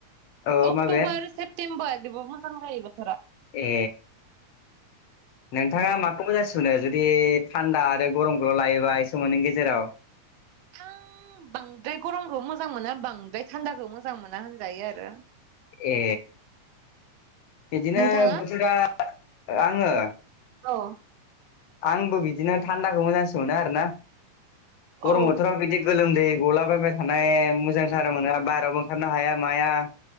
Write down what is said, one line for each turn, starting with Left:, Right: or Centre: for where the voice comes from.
Left: औ
Right: अक्ट'बर
Left: माबे
Right: सेप्तेम्बर बेबो मोजां जाहैबाय ।
Left: ए नोंथाङा
Right: औ
Left: माखौ मोजांसिन मोनो जुदि थान्दा आरो गरमखौल' लायोबा एसे मोननैनि गेजेराव
Right: आं बांद्राय गरमखौ मोजां मोना बांद्राय थान्दाखौ मोजां मोना होनजायो आरो।
Left: ए बिदिनो
Right: नोंथाङा
Left: बोथोरा आङो
Right: औ
Left: आंबो बिदिनो थान्दाखौ मोजांसिन मोनो आरोना गरम
Right: औ
Left: बोथोराव बिदि गोलोमदै गलाबायबाय थानाय मोजांथारा मोना बाहेरायावबो ओंखारनो हाया माया